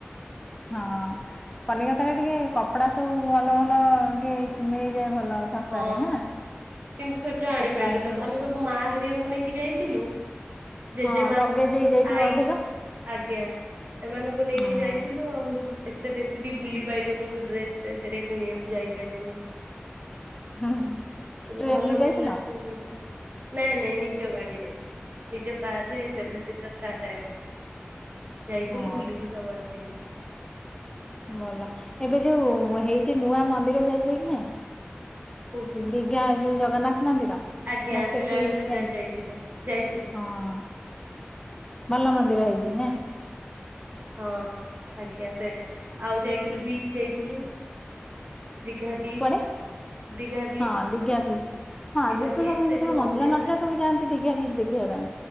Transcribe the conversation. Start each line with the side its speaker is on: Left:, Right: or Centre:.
Left: ହଁ କଲିକତାରେ ଟିକେ କପଡା ସବୁ ଭଲ ଭଲ ଟିକେ ମିଳିଯାଏ ଭଲ ଶସ୍ତାରେ
Right: ହଁ,
Left: ନା
Right: କିନ୍ତୁ ସେଟୁ ଆଣିପାରିଲୁନି,
Left: କପଡା ଆଇଟମ୍
Right: ଆମେ ସବୁ ମା ହାରଆଙ୍କୁ ନେଇକି ଯାଇଥିଲୁ ଜେଜେମା
Left: ହଁ, ଲଗେଜ ହେଇଯାଇଥିବ
Right: ଆଈ
Left: ଅଧିକ
Right: ଆଜ୍ଞା। ଏମାନଙ୍କୁ ନେଇକି
Left: ହଁ
Right: ଯାଇଥିଲୁ ଆଉ ତେ ବେଶୀ ବି ବୁଲି ପାଇଲୁନୁ, ଡ୍ରେସ ସେ କିଣିବାକୁ ଯାଇପାରଲୁନୁ।
Left: ହୁଁ।
Right: କିନ୍ତୁ
Left: ଟ୍ରେନ
Right: ଭଲ
Left: ରେ ଯାଇଥିଲ
Right: ମିଳିଲା ଶୁଣିଲୁ। ନାଇଁ ନାଇଁ, ନିଜ ଗାଡିରେ, ନିଜ କାର ରେ ସେଭେନ ସିଟର କାର ରେ, ଆଜ୍ଞା। ଯାଇଥିଲୁ,
Left: ହଁ
Right: ବୁଲିକି ସବୁ ଆସିଲୁ।
Left: ଭଲ, ଏବେ ଯୋଉ ହେଇଛି ନୂଆ ମନ୍ଦିର ଯାଇଛି କି ନାଇ?
Right: କୋଉଠି
Left: ଦିଘା ଯୋଉ ଜଗନ୍ନାଥ ମନ୍ଦିର?
Right: ଆଜ୍ଞା
Left: ନା
Right: ଆସିଲା
Left: ସେଠିକ
Right: ବେଳେ ସେଟାରେ
Left: ଯାଇ
Right: ଯାଇଥିଲୁ ଯାଇଥିଲୁ
Left: ହଁ ଭଲ ମନ୍ଦିର ହେଇଛି ନା?
Right: ହଁ, ଆଜ୍ଞା, ସେ ଆଉ ଯାଇଥିଲୁ, ବିଚ ଯାଇଥିଲୁ। ଦିଘା ବିଚ୍।
Left: କୁଆଡେ?
Right: ଦିଘା ବିଚ୍
Left: ହଁ ଦିଗା ବିଚ। ହଁ ଆଗରୁ
Right: ଦିଘା
Left: ତ
Right: ବିଚ୍
Left: ସବୁ
Right: ସେଇଠି
Left: ଯେତେବେଳେ ମନ୍ଦିର ନଥିଲା,
Right: ଆଜ୍ଞା
Left: ସବୁ ଯାନ୍ତି ଦିଘା ବିଚ ଦେଖିବା ପାଇଁ